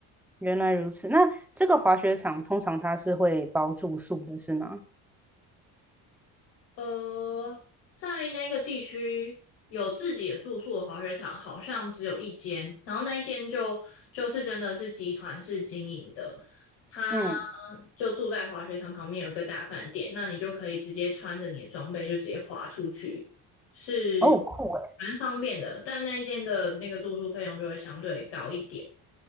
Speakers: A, in the centre; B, on the left.
A: 原来如此。那这个滑雪场通常它是会包住宿的，是吗？
B: 呃，在那个地区有自己的住宿的滑雪场，好像只有一间，然后那一间就就是真的是集团式经营的，他
A: 嗯，
B: 就住在滑雪场旁边有一个大饭店，那你就可以直接穿着你的装备就直接滑出去，是
A: 哦，酷诶。
B: 蛮方便的，但那一间的那个住宿费用就会相对高一点。